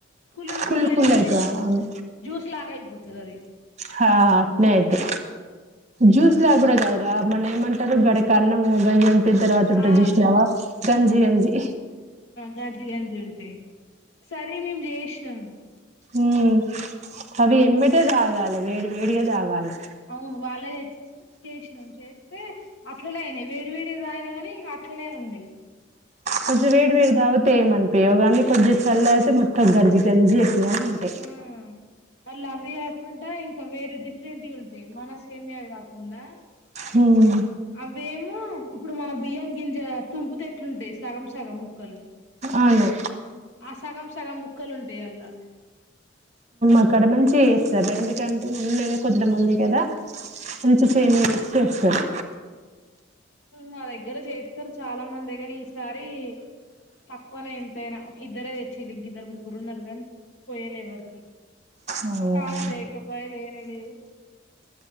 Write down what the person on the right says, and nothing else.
కుళ్ళు
కుళ్ళు అయితదా
అని
హా అంతే అయితే
జ్యూస్ లగా కూడా కాదురా మరి ఏమంటారు గడికన్నం గంజీ అంటారా దాని తర్వాత ఉంటది
చూసినవా గంజి గంజి
మ్మ్ అవి వెంబటే
తాగాలి వేడి వేడిగా తాగాలి
కొంచెం వేడి వేడి తాగితే ఏమనిపియ్యవుగాని కొద్దిగా చల్లరితే మొత్తం గంజి గంజి ఎట్లా ఉంటాయి
మ్మ్
అవును
అక్కడ మంచిగా చేస్తారు ఎందుకంటే ఉన్నది కొద్ది మంది కదా మంచిగా సేమియా తెచ్చి చేస్తారు
అవునా